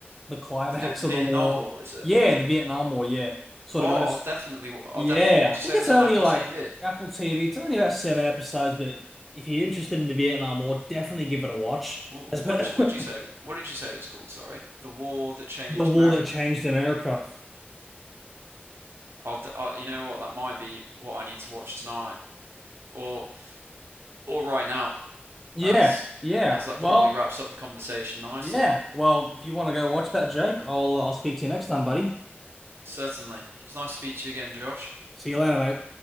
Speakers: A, in the centre; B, on the right.
A: climax
B: the, the
A: of
B: Vietnam
A: the war.
B: War is it
A: Yeah, the Vietnam War, yeah. Sort
B: oh
A: of goes
B: I'll definitely I'll
A: Yeah,
B: definitely did
A: I
B: you say
A: think
B: it
A: it's
B: was
A: only
B: on Apple
A: like
B: TV
A: Apple TV. It's only about seven episodes, but if you're interested in the Vietnam War, definitely give it a watch.
B: what
A: That's about
B: did you what did you say what did you say it was called sorry the war that
A: <laughs>
B: changed
A: the war
B: America
A: that changed America.
B: I'll, i I'll you know what that might be what I need to watch tonight or or right now
A: Yeah,
B: as
A: yeah.
B: as that
A: Well,
B: probably wraps up the conversation nicely.
A: yeah. Well, if you want to go watch that, Jake, I'll uh, I'll speak to you next time, buddy.
B: Certainly, it was nice to speak to you again, Josh.
A: See you later, mate.